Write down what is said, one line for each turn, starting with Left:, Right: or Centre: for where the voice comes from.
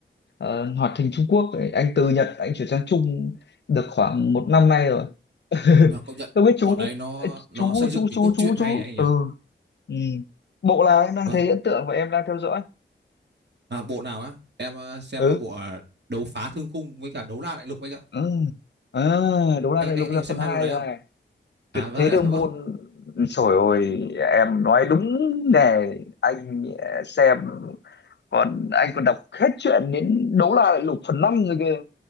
Left: ờ, hoạt hình Trung Quốc ấy. anh từ Nhật anh chuyển sang Trung được khoảng một năm nay rồi <laughs>
Right: Mà công nhận
Left: tôi biết chú
Right: bọn đấy nó nó
Left: chú
Right: xây dựng
Left: chú
Right: cái
Left: chú
Right: cốt truyện
Left: chú
Right: hay
Left: chú
Right: ấy anh nhỉ?
Left: ừ ừ. bộ nào em đang
Right: Vâng.
Left: thấy ấn tượng và em đang theo dõi
Right: À, bộ nào á? Em ờ, xem
Left: ừ
Right: ờ, bộ ờ, đấu phá thương khung với cả đấu la đại lục anh ạ.
Left: ừ à, đấu la
Right: Anh
Left: đại
Right: anh
Left: lục
Right: anh
Left: ra
Right: có xem
Left: phần
Right: hai
Left: 2
Right: bộ đấy
Left: rồi
Right: không?
Left: này tuyệt
Right: À vâng,
Left: thế đường
Right: <laughs> vâng.
Left: môn trời ơi em nói đúng nè anh à, xem còn anh còn đọc hết chuyện đến đấu la đại lục phần 5 rồi kìa